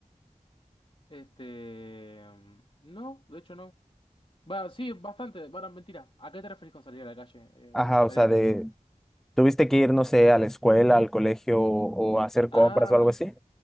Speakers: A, on the left (about 40°); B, in the centre.
A: Este. mm, No, de hecho no. Va, sí, bastante. Bueno, mentira. ¿A qué te referís con salir a la calle? Eh,
B: Ajá, o
A: salir
B: sea,
A: a con.
B: de... ¿Tuviste que ir, no sé, a la escuela, al colegio o, o a hacer compras
A: Ah,
B: o algo así?